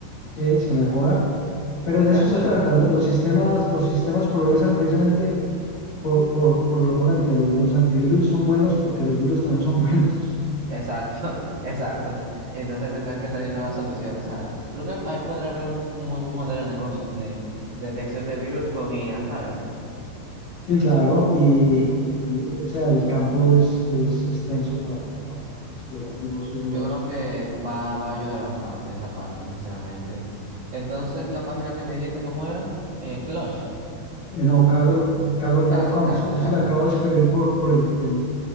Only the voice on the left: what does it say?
Sí, se mejora, pero
de eso se trata. lo- Los sistemas, los sistemas progresan precisamente por, por, por el oponente. Los, los antivirus son buenos porque los virus también son <laughs> buenos.
Sí, claro, y, y, o sea, el campo es, es extenso para, para explorar negocios nuevos.
Eh, no, Kaggle, Kaggle.com,
yo yo
se lo acabo de escribir por, por el, el-